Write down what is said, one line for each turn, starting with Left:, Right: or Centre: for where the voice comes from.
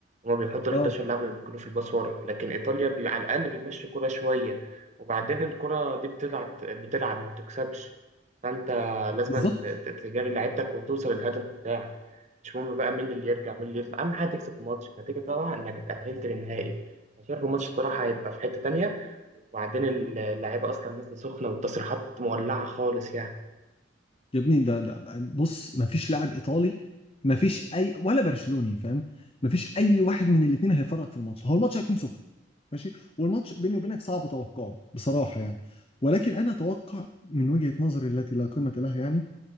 Right: هما بيحطوا
Left: اه
Right: ال 11 لاعب اللي بيكونوا في الباص ورا لكن ايطاليا بي... على الاقل بيمشي كرة شويه وبعدين الكرة دي بتلعب بتلعب ما بتكسبش فانت لازم
Left: بالظبط
Right: ت- تجاري لعيبتك وتوصل للهدف بتاعك مش مهم بقى مين اللي يرجع مين اللي يطلع اهم حاجه تكسب الماتش النتيجه طبعا انك اتاهلت للنهائي انا شايف الماتش الصراحه هيبقى في حته تانية وبعدين اللعيبه اصلا نازله سخنه والتصريحات مولعه خالص يعني
Left: يا ابني ده ده بص ما فيش لاعب ايطالي ما فيش اي ولا برشلوني فاهم ما فيش اي واحد من الاثنين هيفرط في الماتش هو الماتش هيكون سخن ماشي والماتش بيني وبينك صعب توقعه بصراحة يعني ولكن أنا أتوقع من وجهة نظري التي لا قيمة لها يعني